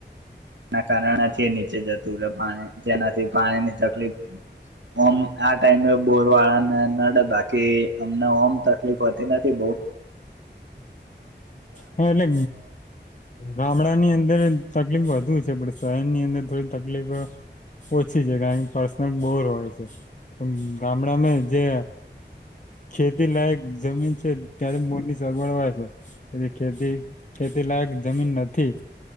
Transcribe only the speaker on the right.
એના કારણેથી નીચે જતું રહે, પાણી જેનાથી પાણીની તકલીફ ઓમ આ ટાઈમે બોર વાળાને નડે બાકી અમને ઓમ તકલીફ હોતી નથી, બહ.